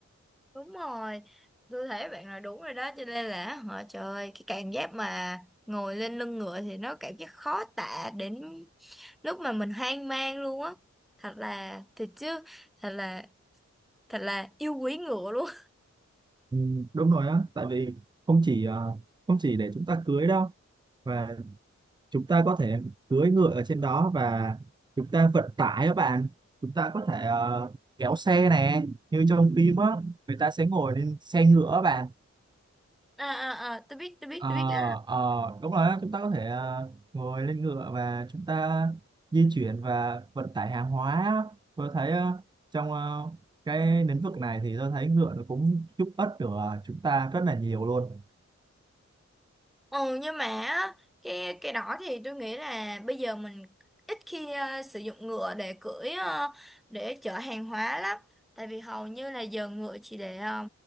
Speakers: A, in the centre; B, on the right.
A: đúng rồi tôi thấy bạn nói đúng rồi đó cho nên là họ trời ơi, cái cảm giác mà ngồi lên lưng ngựa thì nó cảm giác khó tả đến lúc mà mình hoang mang luôn á thật là thật chứ thật là thật là yêu quý ngựa luôn
B: Ừ, đúng rồi á tại vì không chỉ ờ, không chỉ để chúng ta cưới đâu và chúng ta có thể cưỡi ngựa ở trên đó và chúng ta vận tải các bạn chúng ta có thể ờ, kéo xe nè như trong phim á người ta sẽ ngồi lên xe ngựa các bạn
A: <laughs> à à à tôi biết tôi biết
B: ờ
A: tôi biết
B: ờ, đúng rồi á chúng ta có thể ờ, ngồi lên ngựa và chúng ta di chuyển và vận tải hàng hóa á. tôi thấy ờ, trong ờ, cái lĩnh vực này thì tôi thấy ngựa nó cũng giúp ích được ờ, chúng ta rất là nhiều luôn
A: Ừ nhưng mà á, cái cái đó thì tôi nghĩ là bây giờ mình ít khi ờ, sử dụng ngựa để cưỡi ờ, để chở hàng hóa lắm tại vì hầu như là giờ ngựa chỉ để ờ,